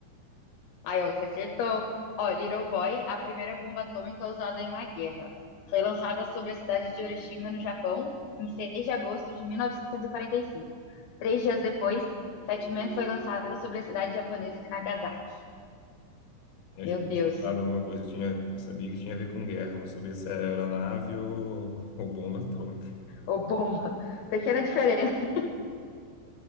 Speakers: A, on the left; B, on the left.
A: Aí ó, você acertou. Ó, Little Boy, a primeira bomba atômica usada em uma guerra. Foi lançada sobre a cidade de Hiroshima, no Japão, em 6 de agosto de 1945. Três dias depois, Fat Man foi lançada sobre a cidade japonesa de Nagasaki.
B: Eu
A: Meu
B: já tinha
A: Deus.
B: escutado alguma coisa, eu tinha, eu sabia que tinha a ver com guerra, não sabia se era aeronave ou, ou bomba atômica.
A: Ô, bomba. Pequena diferença.